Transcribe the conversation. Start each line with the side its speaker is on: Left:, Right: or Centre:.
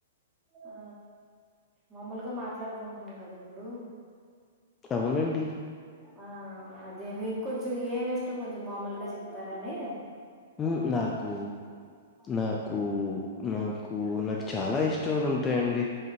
Right: ఆ మామూలుగా మాట్లాడుకుంట్నం కదా ఇప్పుడు
Left: అవునండి
Right: ఆ అదే మీక్ కొంచం ఏమి ఇష్టం కొంచెం మామూలుగా చెప్తారని
Left: ఉ నాకు నాకు నా కు నాకు చాలా ఇష్టాలుంటాయండి